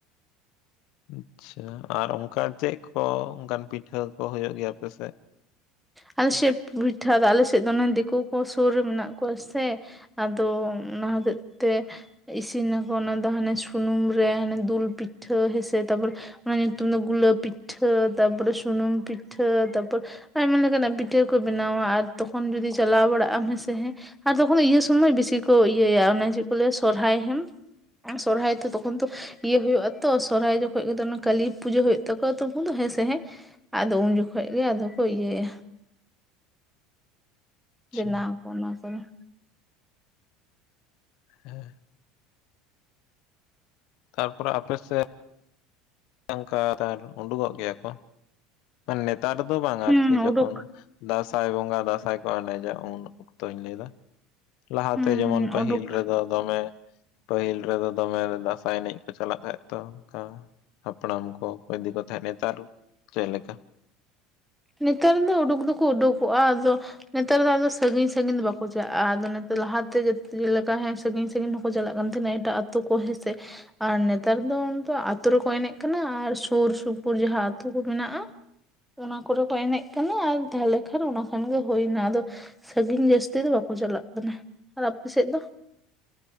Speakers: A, on the left (about 60°); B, in the centre.
A: ᱟᱪᱪᱷᱟ ᱟᱨ ᱚᱱᱠᱟ ᱪᱮᱫ ᱠᱚ ᱚᱱᱠᱟᱱ ᱯᱤᱴᱷᱟᱹ ᱠᱚ ᱦᱩᱭᱩᱜ ᱜᱮᱭᱟ ᱟᱯᱮ ᱥᱮᱫ?
B: ᱟᱞᱮ ᱥᱮᱫ ᱯᱤᱴᱷᱟᱹ ᱫᱚ ᱟᱞᱮ ᱥᱮᱫ ᱫᱚ ᱫᱤᱠᱩ ᱠᱚ ᱥᱩᱨ ᱨᱮ ᱢᱮᱱᱟᱜ ᱠᱚᱣᱟ ᱥᱮᱼᱼ ᱟᱫᱚ ᱚᱱᱟ ᱦᱚᱛᱮᱡ ᱛᱮᱼᱼ ᱤᱥᱤᱱ ᱟᱠᱚ ᱚᱱᱟ ᱫᱚ ᱦᱟᱱᱮ ᱥᱩᱱᱩᱢ ᱨᱮ ᱦᱟᱱᱮ ᱫᱩᱞ ᱯᱤᱴᱷᱟᱹ ᱦᱮᱸᱥᱮ ᱛᱟᱯᱚᱨᱮᱼᱼ ᱚᱱᱟ ᱧᱩᱛᱩᱢ ᱫᱚ ᱜᱩᱞᱟᱹ ᱯᱤᱴᱷᱟᱹ ᱛᱟᱨᱯᱚᱨᱮ ᱥᱩᱱᱩᱢ ᱯᱤᱴᱷᱟᱹ ᱛᱟᱯᱚᱨᱮᱼᱼ ᱟᱭᱢᱟ ᱞᱮᱠᱟ ᱱᱟᱜ ᱯᱤᱴᱷᱟᱹ ᱠᱚ ᱵᱮᱱᱟᱣᱟ ᱟᱨ ᱛᱚᱠᱷᱚᱱ ᱡᱩᱫᱤ ᱪᱟᱞᱟᱣ ᱵᱟᱲᱟᱜ ᱟᱢ ᱦᱮᱸ ᱥᱮ ᱦᱮᱸᱼᱼ ᱟᱨ ᱛᱚᱠᱷᱚᱱ ᱤᱭᱟᱹ ᱥᱚᱢᱚᱭ ᱵᱮᱥᱤ ᱠᱚ ᱤᱭᱟᱹᱭᱟ ᱚᱱᱮ ᱪᱮᱫ ᱠᱚ ᱞᱟᱹᱭᱟ ᱥᱚᱨᱦᱟᱭ ᱦᱮᱸᱼᱼ ᱥᱚᱨᱦᱟᱭ ᱛᱚ ᱛᱠᱷᱚᱱ ᱛᱚᱼᱼ ᱤᱭᱟᱹ ᱦᱩᱭᱩᱜᱼᱟ ᱛᱚ ᱥᱚᱨᱦᱟᱭ ᱡᱚᱠᱷᱚᱡ ᱜᱮ ᱠᱟᱹᱞᱤ ᱯᱩᱡᱟᱹ ᱦᱩᱭᱩᱜ ᱛᱟᱠᱚᱣᱟ ᱛᱚ ᱩᱱᱠᱩ ᱫᱚ ᱦᱮᱸᱥ ᱦᱮᱸᱼᱼ ᱟᱫᱚ ᱩᱱ ᱡᱚᱠᱷᱚᱡ ᱜᱮ ᱟᱫᱚ ᱠᱚ ᱤᱭᱟᱹᱭᱟ ᱾
A: ᱟᱪᱪᱷᱟ
B: ᱵᱮᱱᱟᱣ ᱟᱠᱚ ᱚᱱᱟ ᱠᱚᱫᱚ ᱾
A: ᱦᱮᱸ ᱛᱟᱨᱯᱚᱨᱮ ᱟᱯᱮ ᱥᱮᱫ ᱚᱱᱠᱟ ᱩᱰᱩᱠᱚᱜ ᱜᱮᱭᱟ ᱠᱚ ᱱᱮᱛᱟᱨ ᱫᱚ ᱵᱟᱝᱟ
B: ᱦᱩᱸ
A: ᱟᱨᱠᱤ ᱡᱚᱠᱷᱚᱱᱼᱼ
B: ᱩᱰᱩᱠ
A: ᱫᱟᱸᱥᱟᱭ ᱵᱚᱸᱜᱟ ᱫᱟᱸᱥᱟᱭ ᱠᱚ ᱮᱱᱮᱡᱟ ᱩᱱ ᱚᱠᱛᱚᱧ ᱞᱟᱹᱭ ᱮᱫᱟ ᱾ ᱞᱟᱦᱟᱛᱮ
B: ᱦᱩᱸ
A: ᱡᱮᱢᱚᱱ ᱯᱟᱹᱦᱤᱞ
B: ᱩᱰᱩᱠ
A: ᱨᱮᱫᱚᱼᱼ ᱫᱚᱢᱮ ᱯᱟᱹᱦᱤᱞ ᱨᱮᱫᱚ ᱫᱚᱢᱮ ᱫᱟᱸᱥᱟᱭ ᱮᱱᱮᱡ ᱠᱚ ᱪᱟᱞᱟᱜ ᱛᱟᱦᱮᱫ ᱛᱚ ᱚᱱᱠᱟ᱾ ᱦᱟᱯᱲᱟᱢ ᱠᱚ ᱟᱠᱚ ᱤᱫᱤ ᱠᱚ ᱛᱟᱦᱮᱸ ᱱᱮᱛᱟᱨ ᱪᱮᱫᱮ ᱞᱮᱠᱟ?
B: ᱱᱮᱛᱟᱨ ᱫᱚ ᱩᱰᱩᱠ ᱫᱚᱠᱚ ᱩᱰᱩᱠᱚᱜᱼᱟ ᱟᱫᱚ ᱱᱮᱛᱟᱨ ᱫᱚ ᱟᱫᱚᱼᱼ ᱥᱟᱸᱹᱜᱤᱧ ᱥᱟᱸᱹᱜᱤᱧ ᱫᱚ ᱵᱟᱠᱚ ᱪᱟᱜᱼᱟ ᱟᱫᱚ ᱱᱮ ᱞᱟᱦᱟᱛᱮ ᱪᱮᱞ ᱞᱮᱠᱟ ᱦᱮᱸ ᱥᱟᱸᱹᱜᱤᱧ ᱥᱟᱸᱹᱜᱤᱧ ᱠᱚ ᱪᱟᱞᱟᱜ ᱠᱟᱱ ᱛᱟᱦᱮᱱᱟ ᱮᱴᱟᱜ ᱟᱼᱼ ᱛᱩ ᱠᱚ ᱦᱮᱸ ᱥᱮ᱾ ᱟᱨ ᱱᱮᱛᱟᱨ ᱫᱚ ᱟᱹᱛᱩ ᱨᱮᱠᱚ ᱮᱱᱮᱡ ᱠᱟᱱᱟ ᱟᱨ ᱥᱩᱨ ᱥᱩᱯᱩᱨ ᱡᱟᱦᱟᱸ ᱟᱹᱛᱩ ᱠᱚ ᱢᱮᱱᱟᱜᱼᱟ ᱾ ᱚᱱᱟ ᱠᱚᱨᱮ ᱠᱚ ᱮᱱᱮᱡ ᱠᱟᱱᱟ ᱟᱨ ᱛᱟᱦᱚᱞᱮ ᱠᱷᱟᱱ ᱚᱱᱟ ᱠᱷᱟᱱ ᱜᱮ ᱦᱩᱭᱱᱟ ᱟᱫᱚ ᱾ ᱥᱟᱸᱹᱜᱤᱧ ᱡᱟᱹᱥᱛᱤ ᱫᱚ ᱵᱟᱠᱚ ᱪᱟᱞᱟᱜ ᱠᱟᱱᱟ ᱾ ᱟᱨ ᱟᱯᱮ ᱥᱮᱫ ᱫᱚ?